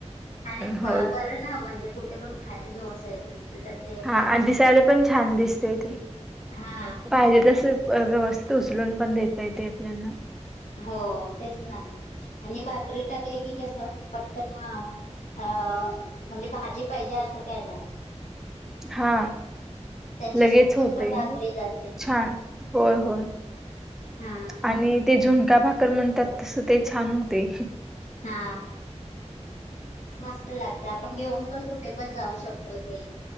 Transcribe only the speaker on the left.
आणि
ब बर, हा म्हणजे कुठे पण बाहेर घेऊन जायचं असत तेच.
हा
हो तेच ना आणि भाकरी टाकली की कस पटकन आ, अ म्हणजे भाजी पाहिजे असं काय नाही.
त्याच्यासोबत
पण भाकरी जाते.
हा,
हा, मस्त लागते आपण घेऊन पण कुठे पण जाऊ शकतो ते!